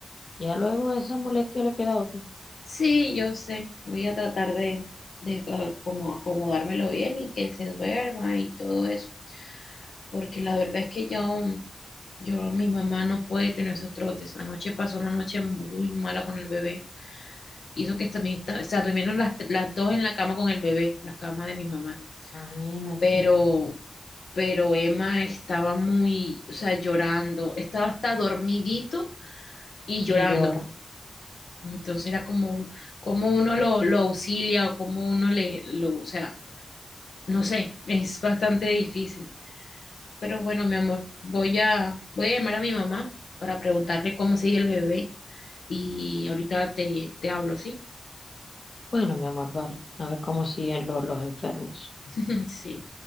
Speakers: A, on the left; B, on the left.
A: Ya luego esa molestia le queda a otro.
B: Sí, yo sé. Voy a tratar de, de ah, como acomodármelo bien y que se duerma y todo eso. Porque la verdad es que yo, yo, mi mamá no puede tener esos trotes. Anoche pasó una noche muy mala con el bebé. Hizo que también está, o sea, durmieron las, las dos en la cama con el bebé, la cama de mi mamá.
A: Imagínate.
B: Pero, pero Emma estaba muy, o sea, llorando. Estaba hasta dormidito y llorando.
A: Y llora.
B: Entonces era como, como uno lo, lo auxilia o como uno le, lo, o sea, no sé, es bastante difícil. Pero bueno, mi amor, voy a, voy a llamar a mi mamá para preguntarle cómo sigue el bebé y ahorita te, te hablo, ¿sí?
A: Bueno, mi amor, vale. A ver cómo siguen los, los enfermos.
B: <laughs> Sí.